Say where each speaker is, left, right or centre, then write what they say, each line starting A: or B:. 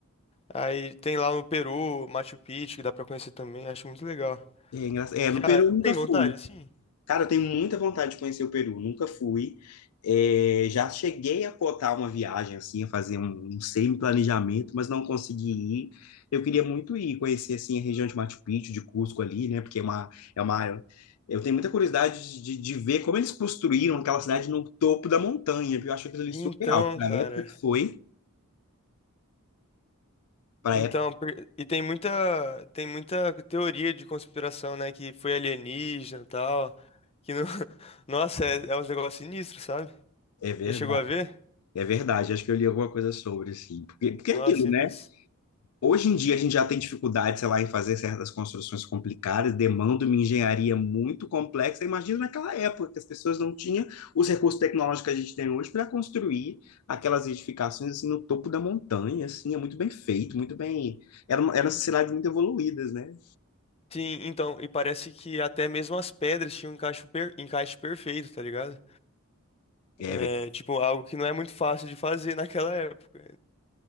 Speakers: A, on the left; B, on the left.
A: Aí tem lá no Peru, Machu Picchu, que dá pra conhecer também. Acho muito legal.
B: É, engra... é
A: Já
B: no Peru eu nunca
A: tem
B: fui.
A: vontade, assim?
B: Cara, eu tenho muita vontade de conhecer o Peru, nunca fui. É, já cheguei a cotar uma viagem, assim, a fazer um, um semi-planejamento, mas não consegui ir. Eu queria muito ir conhecer, assim, a região de Machu Picchu, de Cusco ali, né? Porque é uma, é uma... Eu tenho muita curiosidade de, de ver como eles construíram aquela cidade no topo da montanha, porque eu acho aquilo ali
A: Então,
B: surreal. Para
A: cara.
B: a época que foi, para
A: Então,
B: a época...
A: por- e tem muita, tem muita teoria de conspiração, né? Que foi alienígena e tal. Que não... <laughs> Nossa, é, é uns negócios sinistros, sabe?
B: É verdade,
A: Já chegou a ver?
B: é verdade. Acho que eu li alguma coisa sobre, assim. Porque, porque
A: Nossa,
B: é aquilo,
A: sinistro.
B: né? Hoje em dia a gente já tem dificuldade, sei lá, em fazer certas construções complicadas, demanda uma engenharia muito complexa. Imagina naquela época que as pessoas não tinham os recursos tecnológicos que a gente tem hoje para construir aquelas edificações assim no topo da montanha, assim, é muito bem feito, muito bem. Eram, eram sociedades muito evoluídas, né?
A: Sim, então, e parece que até mesmo as pedras tinham um encaixe, per... encaixe perfeito, tá ligado?
B: É
A: É, tipo, algo que não é muito fácil de fazer naquela época.